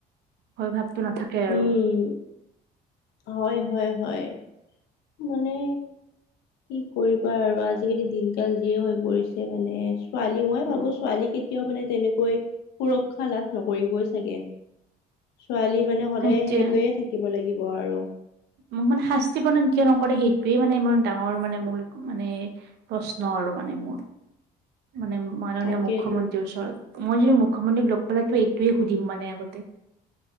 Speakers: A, on the right (about 80°); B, on the left (about 85°).
A: ভয় ভাৱটোো নাথাকে আৰু
B: উম হয় হয় হয় মানে কি কৰিবা আৰু আজিকালি দিনকাল যিয়ে হৈ পৰিছে মানে ছোৱালী মই
A: উম,
B: ভাবো ছোৱালী কেতিয়াও মানে তেনেকৈ সুৰক্ষা লাভ নকৰিবই চাগে ছোৱালী মানে সদায়
A: সেইটোৱে
B: সেনেকয়ে থাকে শাকিব লাগিব আৰু
A: মোক মানে শাস্তি প্ৰদান কিয় নকৰে সেইটোোৱে মানে ইমান ডাঙৰ মানে মূল মানে প্ৰশ্ন আৰু মানে মোৰ মানে মাননীয়
B: তাকেইতো
A: মুখ্যমন্ত্ৰীৰ ওচৰত মই যদি মুখ্যমন্ত্ৰীক লগ পাল তো এইটয়ে সুধিম মানে আগতে